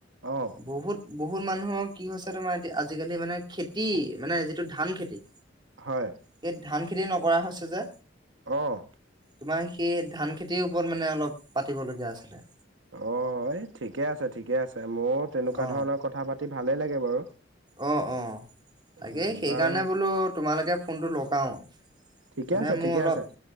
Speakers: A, on the right; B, on the right.
A: অ'।
B: বহুত বহুত মানুহৰ কি হৈছে তোমাৰ, এতিয়া আজিকালি মানে খেতি মানে যিটো ধান খেতি।
A: হয়।
B: সেই ধান খেতি নকৰা হৈছে যে।
A: অ'।
B: তোমাৰ সেই ধান খেতিৰ ওপৰত মানে অলপ পাতিবলগীয়া আছিলে।
A: অ ঠিকে আছে ঠিকে আছে মইো তেনেকুৱা
B: অ
A: ধৰণৰ কথা পাতি ভালেই লাগে বাৰু।
B: অ অ তাকেই
A: উম
B: সেইকাৰণে
A: বাৰু
B: বোলো তোমালোকে ফোনটো লগাও। মানে
A: ঠিকে আছে
B: মোৰ
A: ঠিকে
B: অলপ
A: আছে